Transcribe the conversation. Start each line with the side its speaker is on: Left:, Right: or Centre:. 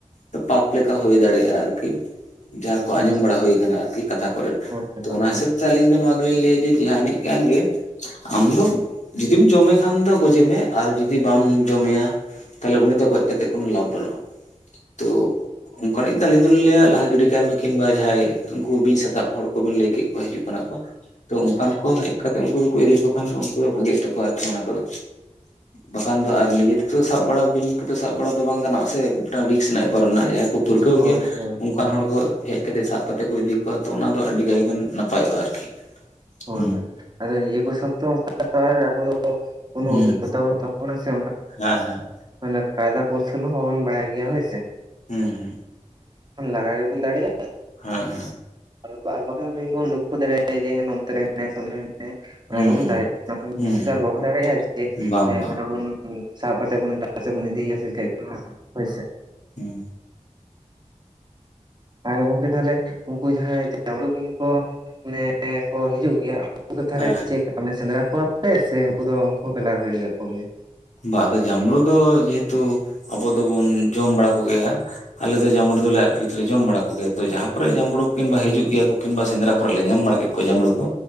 Left: ᱫᱚ ᱯᱟᱯ ᱞᱮᱠᱟ ᱦᱳᱭ ᱫᱟᱲᱮᱭᱟᱜᱼᱟ ᱟᱨᱠᱤ ᱡᱟᱦᱟᱸ ᱠᱚ
Right: ᱟᱪᱪᱷᱟ
Left: ᱟᱸᱡᱚᱢ ᱵᱟᱲᱟ ᱦᱳᱭ ᱠᱟᱱᱟ ᱟᱨᱠᱤ ᱠᱟᱛᱷᱟ ᱠᱚᱨᱮ
Right: ᱦᱳᱭ
Left: ᱛᱚ
Right: ᱦᱳᱭ
Left: ᱚᱱᱟ
Right: ᱦᱳᱭ
Left: ᱦᱤᱥᱟᱹᱵ ᱪᱷᱟ ᱟᱞᱤᱧ ᱫᱚ ᱱᱚᱣᱟ ᱜᱮᱞᱤᱧ ᱞᱟᱹᱭᱼᱟ ᱡᱮ ᱡᱟᱦᱟᱱᱤᱡ ᱠᱟᱱ ᱜᱮ ᱟᱢ ᱫᱚ ᱡᱩᱫᱤᱢ ᱡᱚᱢᱮ ᱠᱷᱟᱱ ᱫᱚ ᱜᱚᱡᱮ ᱢᱮ ᱟᱨ ᱡᱩᱫᱤ ᱵᱟᱢ ᱡᱚᱢᱮᱭᱟ ᱛᱟᱦᱚᱞᱮ ᱩᱱᱤ ᱫᱚ ᱜᱚᱡ ᱠᱟᱛᱮ ᱠᱚᱱᱳ ᱞᱟᱵᱷ ᱵᱟᱹᱱᱩᱜᱼᱟ᱾ ᱛᱚ ᱚᱱᱠᱟᱱᱤᱡ ᱫᱚ ᱟᱹᱞᱤᱧ ᱫᱚᱞᱤᱧ ᱞᱟᱹᱭᱟ ᱞᱟᱦᱟ ᱜᱤᱰᱤ ᱠᱟᱭ ᱢᱮ ᱠᱤᱢᱵᱟ ᱡᱟᱦᱟᱸᱭ ᱩᱱᱠᱩ ᱵᱤᱧ ᱥᱟᱥᱟᱵ ᱦᱚᱲ ᱠᱚ ᱵᱮᱱ ᱞᱟᱹᱭ ᱠᱮᱫ ᱠᱚ ᱦᱤᱡᱩᱜ ᱠᱟᱱᱟ ᱠᱚ ᱛᱚ ᱚᱱᱠᱟᱱ ᱠᱚ ᱦᱮᱡ ᱠᱟᱛᱮᱫ ᱩᱱᱠᱩ ᱫᱚᱠᱚ ᱤᱫᱤ ᱞᱮᱠᱚ ᱠᱷᱟᱱ ᱜᱮ ᱩᱱᱠᱩ ᱫᱚ ᱵᱷᱟᱜᱮ ᱛᱟᱠᱚᱣᱟ ᱟᱨᱠᱤ ᱚᱱᱟ ᱠᱚᱫᱚ ᱵᱟᱠᱷᱟᱱ ᱫᱚ ᱟᱨ ᱱᱤᱡᱮ ᱛᱮᱫᱚ ᱥᱟᱵ ᱵᱟᱲᱟ ᱵᱤᱧ ᱠᱚᱫᱚ ᱥᱟᱵ ᱵᱟᱲᱟ ᱫᱚ, ᱵᱟᱝ ᱜᱟᱱᱚᱜᱼᱟ ᱥᱮ? ᱢᱤᱫᱴᱟᱝ ᱨᱤᱠᱥ ᱨᱮᱱᱟᱜ ᱵᱮᱯᱟᱨ ᱢᱮᱱᱟᱜᱼᱟ ᱡᱟᱦᱟᱸᱭ ᱠᱚ ᱯᱟᱹᱨᱠᱟᱹᱣ
Right: ᱦᱳᱭ
Left: ᱜᱮᱭᱟ
Right: ᱦᱳᱭ
Left: ᱾ ᱚᱱᱠᱟᱱ ᱦᱚᱲ ᱜᱚ ᱦᱮᱡ ᱠᱟᱛᱮ ᱥᱟᱵ ᱠᱟᱛᱮ ᱠᱚ ᱤᱫᱤ ᱠᱚᱣᱟ ᱛᱚ ᱚᱱᱟ ᱛᱚ ᱟᱹᱰᱤ ᱜᱟᱭᱜᱟᱱ ᱱᱟᱯᱟᱭᱚᱜᱼᱟ ᱟᱨᱠᱤ
Right: ᱦᱳᱭ
Left: ᱦᱩᱸ
Right: ᱦᱳᱭ ᱟᱫᱚ ᱱᱤᱡᱮ ᱠᱚ ᱥᱚᱯ ᱛᱚ ᱚᱱᱠᱟᱱᱟᱜ ᱛᱚ ᱟᱨ ᱟᱵᱳ ᱫᱚ
Left: ᱦᱩᱸ
Right: ᱚᱵᱷᱤᱜᱽᱜᱚᱛᱟ ᱵᱟᱱᱩᱜ ᱛᱟᱵᱚᱱᱟ ᱥᱮ
Left: ᱦᱮᱸ ᱦᱮᱸ
Right: ᱢᱟᱱᱮ ᱠᱟᱭᱫᱟ ᱠᱚᱳᱣᱥᱚᱞ ᱦᱚᱸ ᱵᱟᱵᱚᱱ ᱵᱟᱲᱟᱭ ᱜᱮᱭᱟ ᱦᱳᱭᱥᱮ
Left: ᱦᱩᱸ ᱦᱩᱸ
Right: ᱞᱟᱜᱟ ᱜᱮᱵᱚᱱ ᱫᱟᱲᱮᱭᱟᱜᱼᱟ,
Left: ᱦᱮᱸ ᱦᱮᱸ
Right: ᱟᱨ ᱵᱟᱠᱷᱟᱱ ᱞᱚᱠᱠᱷᱚ ᱫᱟᱲᱮᱟᱭ ᱡᱮ ᱱᱚᱱ <inaudible> <inaudible> ᱚᱱᱟ
Left: ᱦᱩᱸ
Right: ᱜᱮᱵᱚᱱ ᱫᱟᱲᱮᱭᱟᱜᱼᱟ ᱚᱱᱟ ᱠᱷᱚᱱ
Left: ᱦᱩᱸ
Right: ᱵᱮᱥᱤ
Left: ᱦᱩᱸ
Right: ᱫᱚ ᱟᱨ ᱵᱟᱵᱚᱱ ᱫᱟᱲᱮᱭᱟᱜᱼᱟ ᱡᱮ
Left: ᱦᱩᱸ ᱵᱟᱝ
Right: ᱮ
Left: ᱵᱟᱝ
Right: <inaudible> ᱵᱚᱱ ᱥᱟᱵ ᱠᱟᱛᱮᱫ ᱵᱚᱱ ᱮᱴᱟᱜ ᱥᱮᱛ ᱵᱚᱱ ᱤᱫᱤᱭᱭᱟ ᱥᱮ ᱪᱮᱫ <inaudible> ᱦᱳᱭ ᱥᱮ
Left: ᱦᱚᱸ
Right: ᱟᱨ ᱜᱚᱝᱠᱮ ᱛᱟᱦᱚᱞᱮ ᱩᱱᱠᱩ ᱡᱟᱦᱟᱸᱭ ᱡᱟᱸᱢᱵᱽᱲᱳ ᱵᱤᱧ ᱠᱚ ᱢᱟᱱᱮ ᱮ ᱦᱚᱸ ᱦᱤᱡᱩᱜ ᱜᱮᱭᱟ ᱩᱱᱠᱩ ᱫᱚ ᱛᱟᱦᱚᱞᱮ
Left: ᱦᱮᱸ
Right: ᱪᱮᱫ ᱥᱮᱸᱫᱽᱨᱟ ᱠᱚᱣᱟ ᱯᱮ ᱥᱮ, ᱩᱱᱠᱩ ᱫᱚ ᱩᱱᱠᱩ ᱦᱚᱸᱯᱮ ᱞᱟᱜᱟ ᱜᱤᱲᱤᱠᱟᱠᱚ ᱜᱮᱭᱟ᱾
Left: ᱵᱟ ᱟᱫᱚ ᱡᱟᱸᱢᱵᱽᱲᱳ ᱡᱮᱦᱮᱛ ᱟᱵᱳ ᱫᱚᱵᱚᱱ ᱡᱚᱢ ᱵᱟᱲᱟ ᱠᱚᱜᱮᱭᱟ ᱟᱞᱮ ᱫᱚ ᱡᱟᱸᱵᱽᱩ ᱫᱚᱞᱮ ᱟᱨᱠᱤ ᱞᱮ ᱡᱚᱢ ᱵᱟᱲᱟ ᱠᱚᱜᱮᱭᱟ ᱛᱚ ᱡᱟᱦᱟᱸ ᱠᱚᱨᱮ ᱡᱟᱸᱢᱵᱽᱲᱳ ᱠᱤᱢᱵᱟ ᱦᱤᱡᱩᱜ ᱜᱮᱭᱟ ᱠᱚ, ᱠᱤᱢᱵᱟ ᱥᱮᱸᱫᱽᱨᱟ ᱠᱚᱨᱮ ᱞᱮ ᱧᱟᱢ ᱵᱟᱲᱟ ᱠᱮᱫ ᱠᱚ ᱡᱟᱢᱵᱲᱩ ᱠᱚ